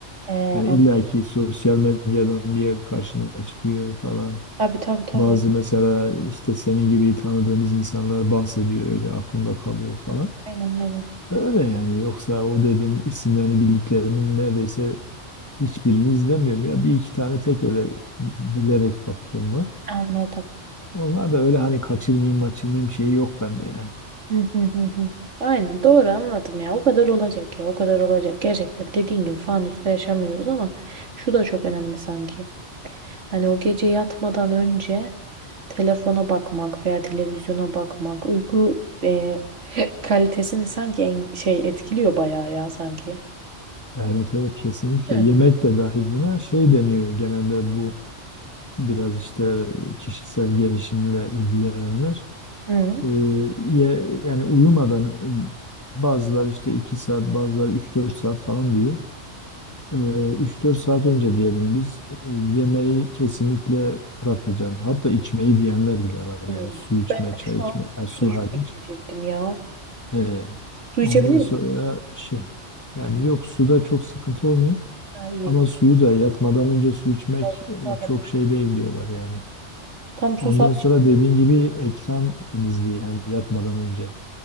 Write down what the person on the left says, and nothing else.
Yani
illaki sosyal medyadan bir yer karşına çıkıyor falan.
Bazı mesela işte senin gibi tanıdığımız insanlar bahsediyor öyle aklımda kalıyor falan.
Öyle yani yoksa o dedim isimlerini bildiklerimin neredeyse hiçbirini izlemiyorum. Ya bir iki tane tek öyle bilerek baktım var.
Onlar da öyle hani kaçırmayayım kaçırmayayım şeyi yok bende yani.
Evet evet kesinlikle
yemek de dahil buna şey deniyor genelde bu biraz işte kişisel gelişimle ilgilenenler.
Ee, ye- yani uyumadan bazılar işte 2 saat bazılar üç dört saat falan diyor. Ee, 3-4 saat önce diyelim biz e, yemeği kesinlikle bırakacaksın. Hatta içmeyi diyenler bile var. Yani
su içme,
çay
içme,
e, su
hariç.
Ee,
ondan
sonra
şey yani yok suda çok sıkıntı olmuyor.
Ama suyu da yatmadan önce su içmek
e,
çok şey değil diyorlar yani.
Ondan sonra dediğin gibi ekran temizliği yani yatmadan önce.